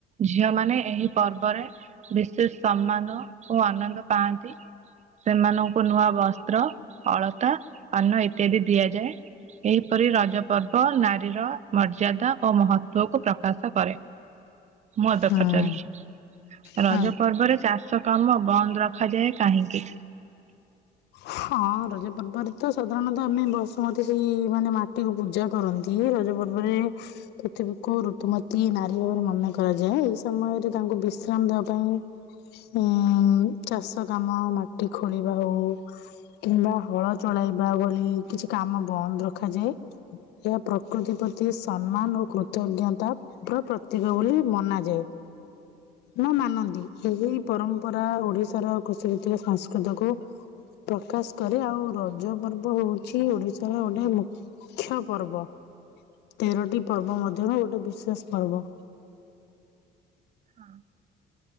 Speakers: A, on the right; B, on the left.
A: ଝିଅ ମାନ ଏହି ପର୍ବରେ ବିଶେଷ ସମ୍ମାନ ଓ ଆନନ୍ଦ ପାଆନ୍ତି। ସେମାନଙ୍କୁ ନୂଆ ବସ୍ତ୍ର ଅଳତା ପାନ ଇତ୍ୟାଦି ଦିଆଯାଏ। ଏହିପରି ରଜ ପର୍ବ ନାରୀର ମର୍ଯ୍ୟାଦା ଓ ମହତ୍ଵକୁ ପ୍ରକାଶ କରେ। ମୁଁ ଏବେ
B: ହଁ
A: ପଚାରୁଛି
B: ହଁ।
A: ରଜ ପର୍ବରେ ଚା ଷ କାମ ବନ୍ଦ ରଖାଯାଏ କାହିଁକି।
B: ହଁ ରଜ ପର୍ବରେ ତ ସାଧାରଣତଃ ଆମେ ବସୁମତୀ ସେଇ ମାନେ ମାଟିକୁ ପୂଜା କରନ୍ତି। ଇଏ ରଜପର୍ବରେ ପୃଥିବୀକୁ ଊତୁମତୀ ନାରୀ ଭାବରେ ମନେ କରାଯାଏ ଏଇ ସମୟରେ ତାଙ୍କୁ ବିଶ୍ରାମ ଦବା ହିଁ ଉଁ ଚାଷ କାମ ମାଟି ଖୋଳିବା ହୋଉ। କିମ୍ବା ହଳ ଚଳେଇବା ଭଳି କିଛି କାମ ବନ୍ଦ ରଖାଯାଏ। ଏହା ପ୍ରକୃତି ପ୍ରତି ସମ୍ମାନ ଓ କୃତଜ୍ଞତା ର ପ୍ରତୀକ ବୋଲି ମନାଯାଏ ନା ମାନନ୍ତି। ଏହି
A: ହଁ
B: ପରମ୍ପରା ଓଡିଶାର କୃଷିଭିତ୍ତିକ ସଂସ୍କୃତକୁ ପ୍ରକାଶ କରେ ଆଉ ରଜ ପର୍ବ ହୋଉଚି ଓଡିଶାର ଗୋଟେ ମୁ ମୁଖ୍ୟ ପର୍ବ ତେରଟି ପର୍ବ ମଧ୍ୟରୁ ଗୋଟେ ବିଶେଷ ପର୍ବ।
A: ହଁ।